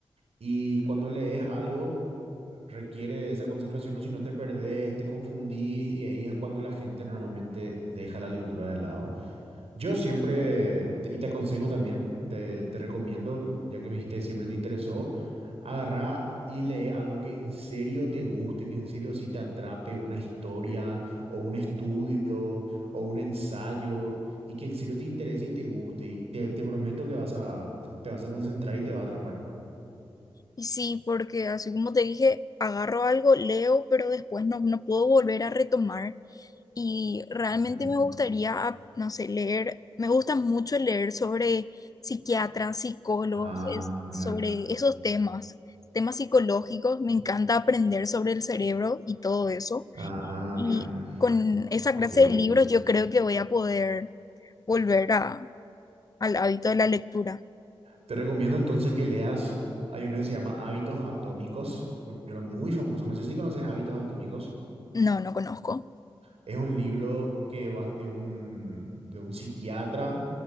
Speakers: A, on the right; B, on the left.
A: Y cuando lees algo requiere esa concentración o si no te perdés, te confundís y ahí es cuando la gente normalmente deja la lectura de lado. Yo siempre, te- y te aconsejo también, te, te recomiendo, ya que me dijiste que siempre te interesó, agarrá y lee algo que en serio te guste, que en serio sí te atrape, una historia o un estudio o un ensayo, y que en serio te interese y te guste. Y te, te prometo que vas a, te vas a concentrar y te va a atrapar.
B: Y sí, porque así como te dije, agarro algo, leo, pero después no, no puedo volver a retomar. Y realmente
A: Ujú.
B: me gustaría, ap- no sé, leer, me gusta mucho leer sobre psiquiatras, psicólogos,
A: Ah,
B: es-
A: mira.
B: sobre esos temas, temas psicológicos, me encanta aprender sobre el cerebro y todo eso.
A: Ah,
B: Y
A: mira.
B: con esa
A: Ok.
B: clase de libros yo creo que voy a poder volver a, al hábito de la lectura.
A: Te recomiendo entonces que leas, hay uno que se llama Hábitos Atómicos, un libro muy famoso, no sé si conoces Hábitos Atómicos,
B: No, no conozco.
A: es un libro que va de un, de un psiquiatra